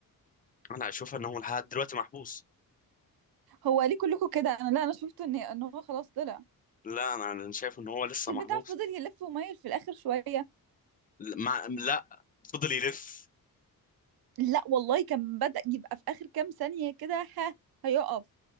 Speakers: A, on the left (about 25°); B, on the right (about 80°).
A: انا اشوفها ان هو لحد دلوقتي محبوس
B: هو ليه كلكم كده انا لا انا شفت ان ان هو خلاص طلع
A: لا انا أنا شايف ان هو لسه
B: مش البتاع
A: محبوس
B: فضل يلف ومايل في الاخر شوية
A: ما لا فضل يلف
B: لا والله كان بدأ يبقى في اخر كام ثانية كده ها هيقف